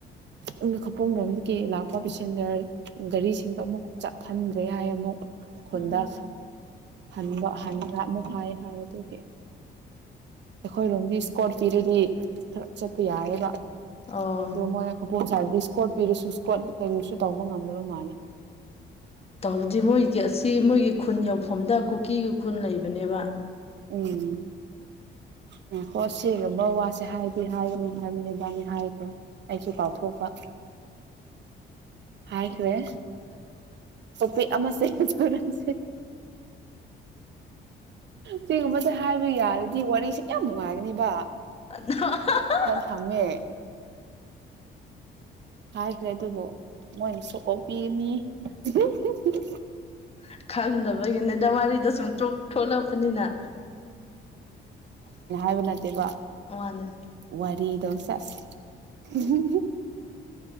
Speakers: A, on the right; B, on the left.
A: ꯎꯝ ꯈꯥꯄꯨꯝ ꯂꯣꯝꯗꯒꯤ ꯂꯥꯛꯄ ꯄꯦꯁꯦꯟꯖꯔ ꯒꯥꯔꯤꯁꯤꯡꯗꯣ ꯑꯃꯨꯛ ꯆꯠꯍꯟꯗ꯭ꯔꯦ ꯌꯥꯏꯌꯦ ꯑꯃꯨꯛ ꯈꯨꯟꯗ
B: ꯑꯥ
A: ꯍꯟꯕ ꯍꯟꯕ ꯑꯃꯨꯛ ꯍꯥꯏꯋꯦ ꯍꯥꯏ ꯑꯗꯨꯒꯤ ꯑꯩꯈꯣꯏꯔꯣꯝꯗꯤ ꯁ꯭ꯀꯣꯠ ꯄꯤꯔꯗꯤ ꯈꯔ ꯆꯠꯄ ꯌꯥꯏꯌꯦꯕ
B: ꯑꯣ
A: ꯑꯗꯣ ꯃꯣꯏ ꯈꯨꯄꯨꯡ ꯁꯥꯏꯗꯗꯤ ꯏꯁꯀꯣꯠ ꯄꯤꯔꯁꯨ ꯏꯁꯀꯣꯠ ꯀꯦꯜꯁꯨ ꯇꯧꯕ ꯉꯝꯗꯔꯕ ꯃꯥꯜꯂꯦ
B: ꯇꯧꯕꯗꯤ ꯃꯣꯏꯒꯤ ꯑꯁꯤ ꯃꯣꯏꯒꯤ ꯈꯨꯟ ꯌꯧꯐꯝꯗ ꯀꯨꯀꯤꯒꯤ ꯈꯨꯟ ꯂꯩꯕꯅꯦꯕ
A: ꯎꯝ ꯎꯝ ꯍꯣꯏ ꯁꯤꯒꯨꯝꯕ ꯋꯥꯁꯦ ꯍꯥꯏꯗꯤ ꯍꯥꯏꯒꯅꯨ ꯍꯥꯏꯕꯅꯦ ꯏꯕꯥꯏꯅꯤ ꯍꯥꯏꯈ꯭ꯔꯦ ꯑꯩꯁꯨ ꯀꯥꯎꯊꯣꯛꯄ ꯍꯥꯏꯈ꯭ꯔꯦ ꯃꯤ ꯑꯃꯁꯦ ꯁꯨꯏꯔꯟꯁꯦ ꯁꯤꯒꯨꯝꯕꯁꯦ ꯍꯥꯏꯕ ꯌꯥꯔꯗꯤ ꯋꯥꯔꯤꯁꯦ ꯀꯌꯥꯝ ꯅꯨꯡꯉꯥꯏꯒꯅꯤꯗ
B: <inaudible>
A: ꯊꯝꯃꯦ ꯍꯥꯏꯈ꯭ꯔꯦ ꯑꯗꯨꯕꯨ ꯃꯣꯏꯅ ꯁꯨ ꯀꯣꯛꯄꯤꯒꯅꯤ ꯍꯨꯝ ꯍꯨꯝ ꯍꯨꯝ
B: <inaudible> ꯈꯪꯗꯕꯒꯤꯅꯦꯗ ꯋꯥꯔꯤꯗ ꯁꯨꯝ ꯆꯣꯛ ꯊꯣꯛꯂꯛꯄꯅꯤꯅ
A: ꯎꯨ ꯅꯠꯇꯦꯕ
B: ꯋꯥꯅꯦ
A: ꯋꯥꯔꯤꯗꯣ ꯁꯦꯁ ꯎꯝ ꯍꯨꯝ ꯍꯨꯝ